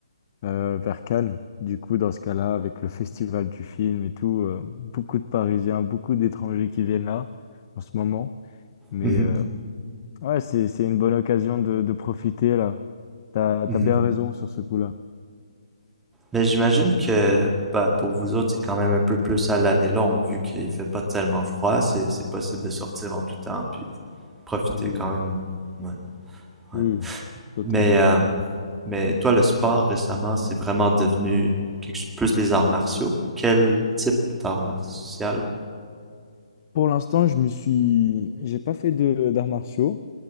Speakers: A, on the left; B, in the centre.
A: euh, vers Cannes. Du coup, dans ce cas-là, avec le festival du film et tout, euh, beaucoup de Parisiens, beaucoup d'étrangers qui viennent là en ce moment. Mais
B: Mhm,
A: euh, Ouais, c'est, c'est une bonne occasion de, de profiter là. T'as,
B: mhm.
A: t'as bien raison sur ce coup-là.
B: Mais j'imagine que, bah, pour vous autres, c'est quand même un peu plus à l'année longue, vu qu'il fait pas tellement froid, c'est, c'est possible de sortir en tout temps, puis profiter
A: Oui,
B: quand même. Ouais, ouais.
A: oui, totalement.
B: Mais, euh, mais toi, le sport récemment, c'est vraiment devenu quelque chose- plus les arts martiaux. Quel type d'art martial?
A: Pour l'instant, je me suis, j'ai pas fait de d'arts martiaux.